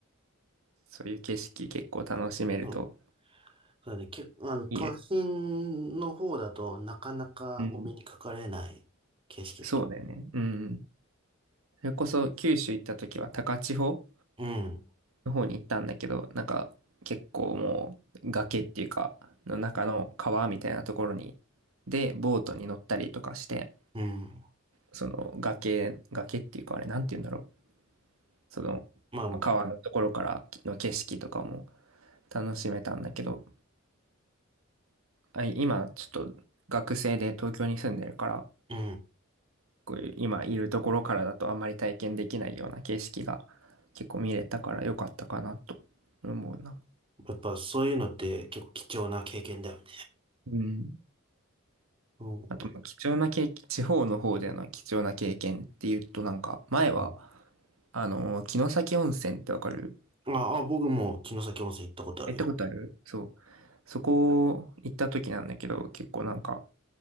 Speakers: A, on the right; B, on the right.
A: そういう景色結構楽しめると
B: うん、そうだね、結構、あの、都心の方だとなかなかお目にかかれない景色だ。
A: いいよ。うん。そうだよね。うん。それこそ九州行った時は高千穂
B: うん、
A: の方に行ったんだけど、なんか結構もう崖っていうか、の中の川みたいなところに、で、ボートに乗ったりとかして、
B: うん、
A: その崖、崖っていうかあれ、なんて言うんだろう。その、
B: まあ、う
A: まあ、川のところからの景色とかも楽しめたんだけど、あ、今ちょっと学生で東京に住んでるから、
B: ん、
A: こういう今いるところからだとあんまり体験できないような景色が結構見れたから良かったかなと思うな。
B: やっぱそういうのって結構貴重な経験だよね。
A: うん。
B: う
A: あと、まあ貴重な経験、地方の方での貴重な経験っていうとなんか、前は、
B: ん
A: あのー、城崎温泉ってわかる
B: ああ、僕も城崎温泉行ったことあるよ。
A: 行ったことあるそう。そこ行った時なんだけど、結構なんか、